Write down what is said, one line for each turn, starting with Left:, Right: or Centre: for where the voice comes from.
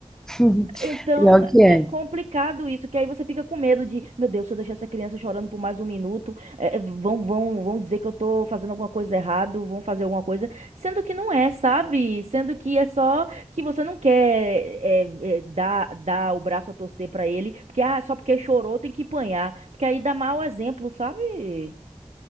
Centre: <laughs>
Right: Então
Centre: Pior que é.
Right: é complicado isso, que aí você fica com medo de, meu Deus, se eu deixar essa criança chorando por mais um minuto, eh, vão, vão, vão dizer que eu tô fazendo alguma coisa errado, vão fazer alguma coisa, sendo que não é, sabe? Sendo que é só que você não quer eh, eh, dar, dar o braço a torcer pra ele, porque ah, só porque chorou tem que apanhar, porque aí dá mau exemplo, sabe?